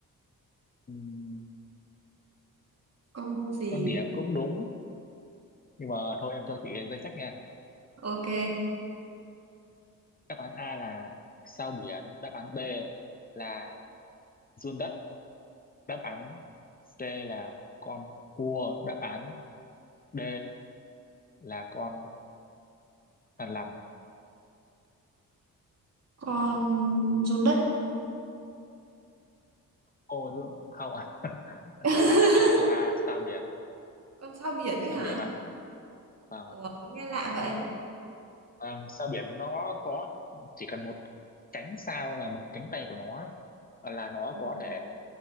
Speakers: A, on the left; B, on the right.
A: ừm,
B: Con gì?
A: con đỉa cũng đúng nhưng mà thôi em cho chị danh sách nha
B: Ok.
A: đáp án A là sao biển đáp án B là giun đất đáp án C là con cua đáp án D là con Bạn làm
B: Con run đất.
A: cô luôn không ạ <laughs> à?
B: <laughs>
A: đáp án là cô cô A sao biển
B: Con sao biển ấy
A: sao
B: hả?
A: biển ạ vâng
B: Ủa,
A: ạ
B: nghe lạ vậy.
A: Vâng, sao biển nó có chỉ cần một cánh sao là một cánh tay của nó là nó
B: Ừ.
A: có thể